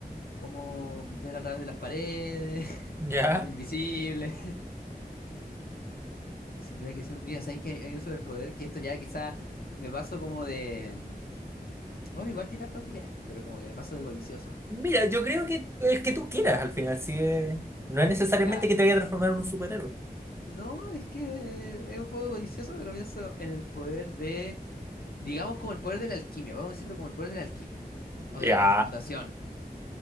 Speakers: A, on the left (about 70°); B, on the right (about 15°).
A: como ver a través de las paredes, <laughs>
B: Ya.
A: ser invisible. Si tuviera que decir, mira, sabéis que hay, hay un superpoder que esto ya quizá me paso como de. mm, Bueno, igual tiene harta utilidad, pero como que me paso de codicioso.
B: Mira, yo creo que el que tú quieras al final, si es- no es necesariamente
A: Ya,
B: que te vaya a transformar en un superhéroe.
A: no, es que es un poco codicioso, pero pienso en el poder de. Digamos como el poder de la alquimia, vamos a decirlo como el poder de la alquimia o
B: Ya,
A: de la transmutación.